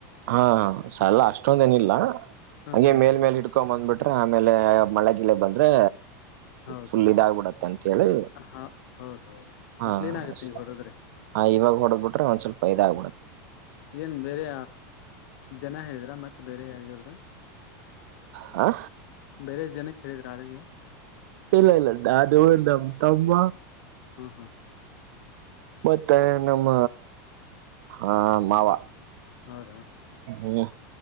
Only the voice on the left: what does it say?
ಹ್ಮ್
ಹ್ಮ್
ಹೌದು
ಹ ಹೌದ್ ಹೌದು ಅದು
ಕ್ಲೀನ್ ಆಗುತ್ತೆ
ಈಗ ಹೊಡದ್ರೆ
ಏನ್ ಬೇಳೆ ಜನ ಹೇಳಿದ್ರ ಮತ್ತ ಬೇರೆ ಯಾರಿಗದ್ರು
ಬೇರೆ ಜನ ಹೇಳಿದ್ರ ಆಳಿಗೆ
ಹಾ ಹಾ
ಹೌದಾ